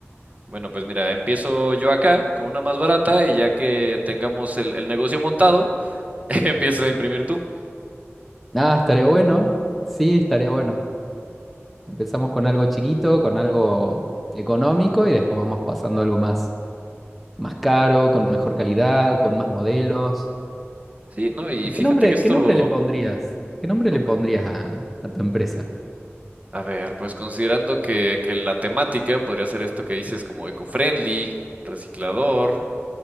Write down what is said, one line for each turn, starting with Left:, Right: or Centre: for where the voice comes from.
Right: Bueno, pues mira, empiezo yo acá con una más barata y ya que tengamos el, el negocio montado, <laughs> empiezas a imprimir tú.
Centre: Ah, estaría bueno. Sí, estaría bueno. Empezamos con algo chiquito, con algo económico y después vamos pasando a algo más, más caro, con mejor calidad, con más modelos.
Right: Sí, ¿no? Y
Centre: ¿Y
Right: fíjate
Centre: qué nombre,
Right: que esto...
Centre: qué nombre le pondrías?
Right: Ujú,
Centre: ¿Qué nombre
Right: ok.
Centre: le pondrías a, a tu empresa?
Right: A ver, pues considerando que, que la temática podría ser esto que dices como eco-friendly, reciclador.